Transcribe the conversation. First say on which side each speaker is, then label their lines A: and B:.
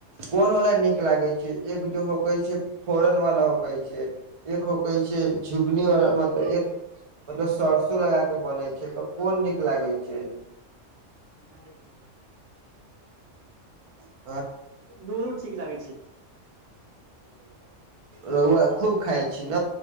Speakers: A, on the right; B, on the right.
A: कोन वला नीक लागै छै एक ज हो कह छै फोरन वाला होकै छै एक होकै छै झुगनी व मतलब एक मतलब सरसो लगा के बने छै कोन नीक लागै छै
B: नहि देखने प
A: ओ
B: दुनू ठीक लागै छै
A: रऊआ खूब खाइ छी न